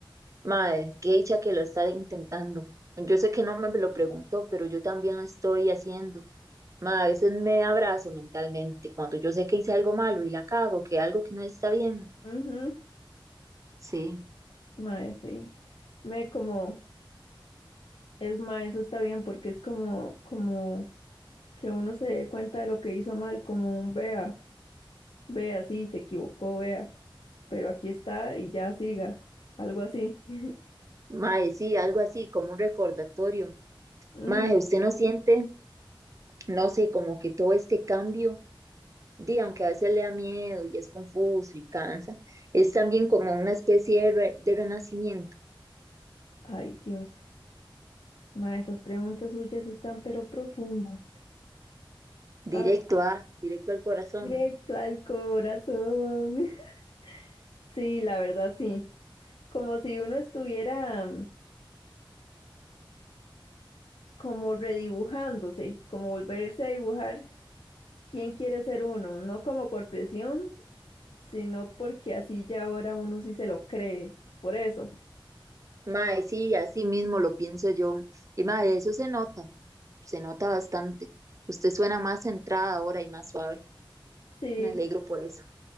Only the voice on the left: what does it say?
Ujú,
mae, sí. Me como, es mae, eso está bien porque es como, como que uno se dé cuenta de lo que hizo mal, como un vea, vea, sí, se equivocó, vea, pero aquí está y ya siga, algo así. <laughs>
Ujú.
Ay, Dios. Ma, esas preguntas suyas están pero profundas.
Ah,
directo al corazón. <laughs> Sí, la verdad sí. Como si uno estuviera mm, como redibujándose, como volverse a dibujar quién quiere ser uno, no como por presión, sino porque así ya ahora uno sí se lo cree. Por eso.
Sí,